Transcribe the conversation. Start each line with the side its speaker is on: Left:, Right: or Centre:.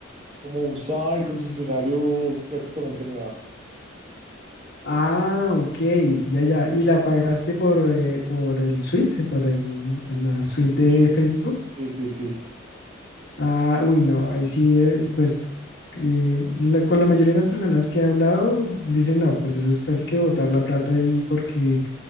Right: como usaba el concesionario prácticamente nueva.
Left: Ah, ok, ya, ya. ¿Y la pagaste por, eh, por el suite, por el, la suite de
Right: Sí,
Left: Facebook?
Right: sí, sí, sí.
Left: Ah, uy, no, ahí sí, de- pues eh, la- con la mayoría de las personas que he hablado dicen, no, pues eso es casi que botar la plata ahí porque